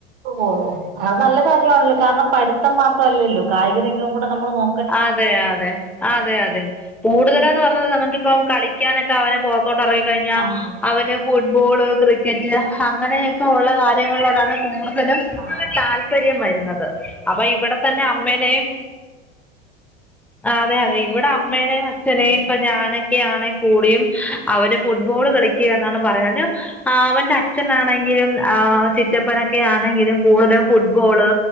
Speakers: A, on the right; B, in the centre.
A: ഓഹ് അത് നല്ല കാര്യ ആണല്ലോ. കാരണം പഠിത്തം മാത്ര അല്ലല്ലോ. കായികരംഗം കൂടെ നമ്മൾ നോ
B: അതെയതെ. അതെയതെ. കൂടുതലെന്ന് പറഞ്ഞത് നമുക്കിപ്പം കളിക്കാനൊക്കെ അവനെ പൊ ത്തോട്ടറങ്ങി കഴിഞ്ഞാ
A: ആഹ് ആഹ്
B: അവന് ഫുട്ബോള്, ക്രിക്കറ്റ് ഹങ്ങനെയൊക്കെ ഉള്ള കാര്യങ്ങളോടാണ് കൂടുതലും
A: ആഹ്
B: താല്പര്യം വരുന്നത്. അപ്പൊ ഇവടെ തന്നെ അമ്മേനെം അതെ അതെ ഇവിടെ അമ്മനേം അച്ചനേം
A: ആഹ്
B: ഇപ്പൊ ഞാനൊക്കെയാണെ കൂടിയും അവരും ഫുട്ബോള്
A: ആഹ്
B: കളിയ്ക്കാന്നാണ് ഞാൻ പറയ അവന്റെ അച്ചനാണെങ്കിലും ആ ചിറ്റപ്പനൊക്കാണെങ്കിലും കൂടുതലും ഫുട്ബോള്